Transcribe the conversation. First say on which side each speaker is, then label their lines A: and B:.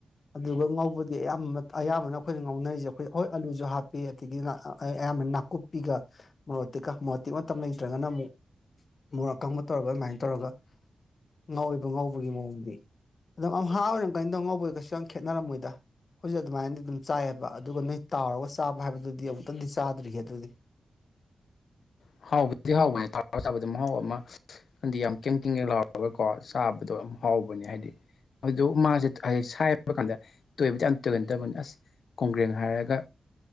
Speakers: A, on the left; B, on the left.
A: ꯑꯗꯨꯒ ꯉꯧꯕꯗꯤ ꯑꯌꯥꯝꯕ ꯑꯌꯥꯝꯕꯅ ꯑꯩꯈꯣꯏꯅ ꯉꯧꯅꯩꯖꯦ ꯑꯩꯈꯣꯏ ꯍꯣꯏ ꯑꯂꯨꯖꯨ ꯍꯥꯞꯄꯤ ꯑꯗꯒꯤ ꯅꯥ ꯑꯥ ꯑꯦ ꯑꯌꯥꯝꯕꯅ ꯀꯨꯞꯄꯤꯒ ꯃꯣꯔꯣꯛꯇꯤꯛꯀ ꯃꯔꯣꯛꯇꯤꯛ ꯃꯇꯝ ꯂꯩꯇ꯭ꯔꯒꯅ ꯑꯃꯨꯛ ꯃꯣꯔꯣꯛ ꯑꯀꯪꯕ ꯇꯧꯔꯒ ꯑꯗꯨꯃꯥꯏꯅ ꯇꯧꯔꯒ ꯉꯧꯋꯦꯕ ꯉꯧꯕꯒꯤ ꯃꯑꯣꯡꯗꯤ ꯑꯗꯨꯝ ꯑꯝꯍꯥꯥ ꯑꯣꯏꯔꯝꯒꯅꯤꯗ ꯉꯧꯕ ꯑꯣꯏꯒꯁꯨ ꯀꯩꯁꯨ ꯌꯥꯝ ꯈꯦꯠꯅꯔꯝꯃꯣꯏꯗ ꯑꯩꯈꯣꯏꯖꯨ ꯑꯗꯨꯃꯥꯏꯅꯗꯤ ꯑꯗꯨꯝ ꯆꯥꯏꯑꯕ ꯑꯗꯨꯒ ꯅꯣꯏ ꯇꯥꯎꯔꯒ ꯆꯥꯕ ꯍꯥꯏꯕꯗꯨꯗꯤ ꯑꯃꯨꯛꯇꯪꯗꯤ ꯆꯥꯗ꯭ꯔꯤꯍꯦ ꯑꯗꯨꯗꯤ
B: ꯍꯥꯎꯕꯗꯤ ꯍꯥꯎꯕꯅꯦ ꯇꯥꯎꯔꯥ ꯆꯥꯕꯗ ꯃꯍꯥꯎ ꯑꯃ <unintelligible> ꯂꯥꯎ <unintelligible> ꯀꯣ ꯆꯥꯕꯗꯣ ꯌꯥꯝ ꯍꯥꯎꯕꯅꯦ ꯍꯥꯏꯗꯤ ꯑꯗꯨꯗꯣ ꯃꯥꯖꯦ <unintelligible> ꯁꯥꯏꯕ ꯀꯥꯟꯗ ꯇꯣꯏꯕꯗꯤ ꯌꯥꯝ ꯇꯣꯏꯒꯟꯗꯕꯅꯤ ꯑꯁ ꯀꯣꯡꯒ꯭ꯔꯦꯡ ꯍꯥꯏꯔꯒ